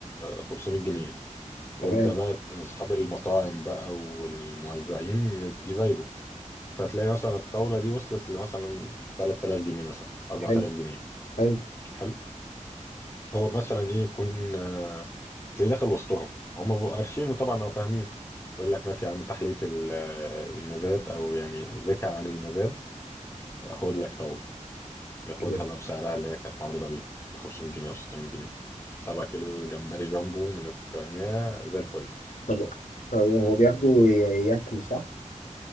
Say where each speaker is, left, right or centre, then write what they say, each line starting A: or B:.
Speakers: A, on the left (about 20°); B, on the left (about 75°).
A: 500 جنيه ويبدأ
B: تمام
A: بقى أصحاب المطاعم بقى والموزعين يت- يزايدوا فتلاقي مثلا الطاولة دي وصلت لمثلا 3000 جنيه مثلا 4000
B: حلو
A: جنيه
B: حلو
A: حلو هو مثلا ايه يكون آه، تلاقيه داخل وسطهم هم بقوا عارفين وطبعا هم فاهمين يقول لك ماشي يا عم تحلية ال- آه، المزاد او يعني ذكى عن المزاد خد لك طاولة ياخدها
B: كده
A: بقى بسعرها اللي هي كانت معروضة بيه ب 500 جنيه او 600 جنيه 7 كيلو جمبري جامبو من القناة زي الفل
B: طب هو بياخده ي- ياكله صح؟